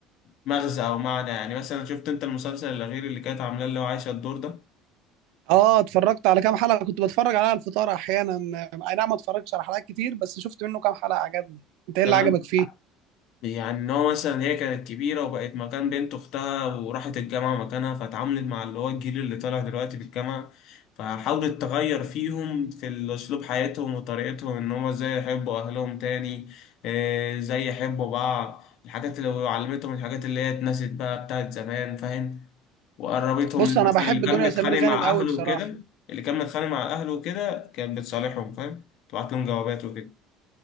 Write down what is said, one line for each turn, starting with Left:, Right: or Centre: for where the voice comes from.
Left: مغزى او معنى يعني مثلا شفت انت المسلسل الاخير اللي كانت عاملاه اللي هو عايشه الدور ده
Right: اه اتفرجت على كام حلقة كنت بتفرج عليها على الفطار احيانا اي نعم ما اتفرجتش على حلقات كتير بس شفت منه كام حلقة عجبني انت ايه
Left: كان
Right: اللي عجبك فيه
Left: يعني ان هو مثلا هي كانت كبيره وبقت مكان بنت اختها وراحت الجامعه مكانها فاتعاملت مع اللي هو الجيل اللي طالع دلوقتي في الجامعه فحاولت تغير فيهم في اسلوب حياتهم وطريقتهم ان هم ازاي يحبوا اهلهم تاني آه، ازاي يحبوا بعض الحاجات اللي وعلمتهم الحاجات اللي هي اتنست بقى بتاعت زمان فاهم وقربتهم
Right: بص
Left: اللي
Right: انا
Left: مثلا
Right: بحب
Left: اللي
Right: دنيا
Left: كان متخانق
Right: سمير غانم
Left: مع
Right: قوي
Left: اهله
Right: بصراحة
Left: وكده اللي كان متخانق مع اهله وكده كانت بتصالحهم فاهم تبعت لهم جوابات وكده